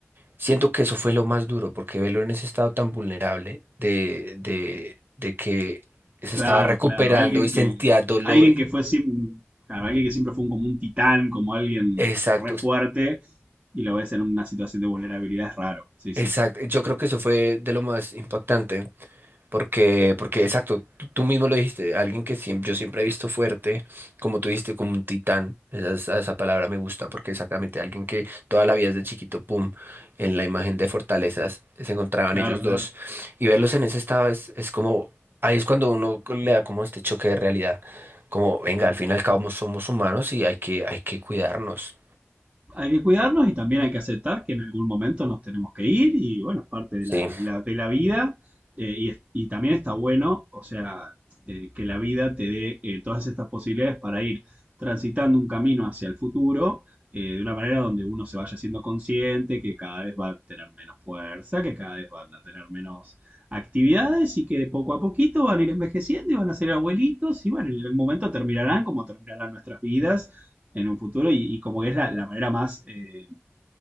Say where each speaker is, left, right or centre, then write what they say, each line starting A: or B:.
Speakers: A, on the right (about 50°); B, on the right (about 30°).
A: Siento que eso fue lo más duro, porque verlo en ese estado tan vulnerable de, de, de que se
B: Claro,
A: estaba recuperando
B: claro, alguien
A: y sentía
B: que,
A: dolor.
B: alguien que fue siem- claro, alguien que siempre fue un- como un titán, como alguien
A: Exacto,
B: re fuerte, y lo ves en una situación de vulnerabilidad es raro, sí,
A: exacto.
B: sí,
A: Yo creo que eso fue de lo más impactante. Porque, porque exacto, tú, tú mismo lo dijiste, alguien que siem- yo siempre he visto fuerte, como tú dijiste, como un titán, esa, esa, esa palabra me gusta, porque exactamente alguien que toda la vida desde chiquito, pum, en la imagen de fortalezas se encontraban
B: claro,
A: ellos
B: claro.
A: dos, y verlos en ese estado es, es como, ahí es cuando uno le da como este choque de realidad, como, venga, al fin y al cabo somos humanos y hay que, hay que cuidarnos.
B: hay que cuidarnos y también hay que aceptar que en algún momento nos tenemos que ir y bueno, es parte de
A: Sí,
B: la, la- de la vida eh, y, es- y también está bueno, o sea, eh, que la vida te dé eh, todas estas posibilidades para ir transitando un camino hacia el futuro eh, de una manera donde uno se vaya siendo consciente que cada vez va a tener menos fuerza, que cada vez van a tener menos actividades y que poco a poquito van a ir envejeciendo y van a ser abuelitos y bueno, en algún momento terminarán como terminarán nuestras vidas en un futuro y, y como que es la, la manera más eh,